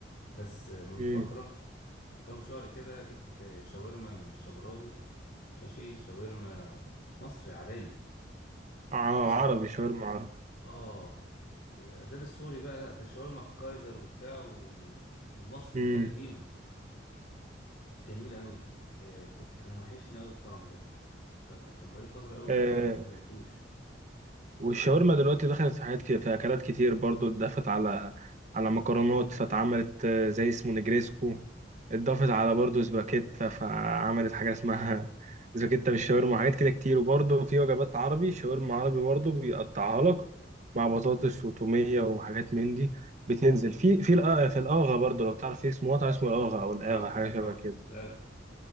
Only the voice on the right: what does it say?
امم
اه
عربي شاورما عربي
امم
آه.
والشاورما دلوقتي دخلت في حاجات كده في اكلات كتير برضو اتضافت على على مكرونات فاتعملت آه، زي اسمه نجريسكو اتضافت على برضو سباكيتا فعملت حاجه اسمها <laughs> سباكيتا بالشاورما حاجات كده كتير وبرضو في وجبات عربي شاورما عربي برضو بيقطعها لك مع بطاطس وتوميه وحاجات من دي بتنزل في في الآ- في الاغا برضو لو تعرف في اسمه مطعم اسمه الاغا او الاغا
حاجه شبه
كده